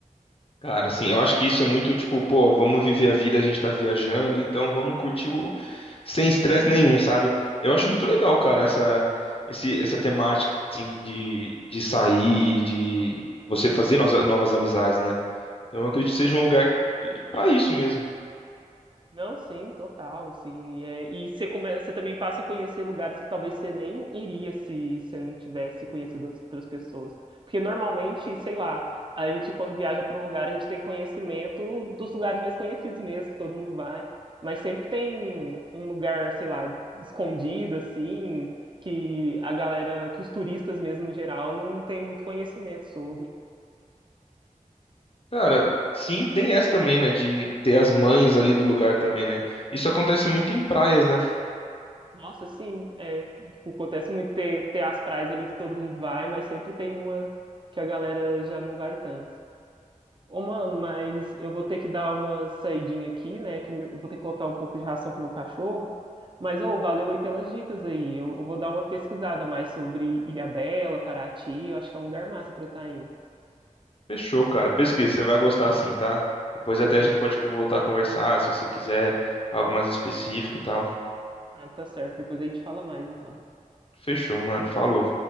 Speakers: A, on the left; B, on the right.
A: Cara, assim, eu acho que isso é muito tipo, pô, vamos viver a vida, a gente tá viajando, então vamos curtir o sem estresse nenhum, sabe? Eu acho muito legal, cara, essa, esse, essa temática, assim, de, de sair, de você fazer novas, novas amizades, né? Então eu acredito que seja um lugar pra isso mesmo.
B: Não, sim, total, assim, e, é, e você começa, você também passa a conhecer lugares que talvez você nem iria se você não tivesse conhecido as outras pessoas, porque normalmente, sei lá, a gente quando viaja para um lugar, a gente tem conhecimento dos lugares mais conhecidos mesmo, que todo mundo vai, mas sempre tem um lugar, sei lá, escondido, assim, que a galera, que os turistas mesmo, no geral, não tem muito conhecimento sobre.
A: Cara, sim, tem essa também, né? De ter as manhas ali do lugar também, né? Isso acontece muito em praias, né?
B: Nossa, sim, é, tipo, acontece muito ter, ter as praias ali que todo mundo vai, mas sempre tem uma que a galera já não vai tanto. Ô, mano, mas eu vou ter que dar uma saidinha aqui, né, que eu vou ter que colocar um pouco de ração pro meu cachorro, mas, ô, valeu aí pelas dicas aí, eu vou dar uma pesquisada mais sobre Ilhabela, Paraty, eu acho que é um lugar massa pra eu estar indo.
A: Fechou, cara. Pesquisa, você vai gostar assim, tá? Depois até a gente pode co- voltar a conversar, se você quiser algo mais específico e tal.
B: Ah, tá certo, depois a gente fala mais, então.
A: Fechou, mano. Falou.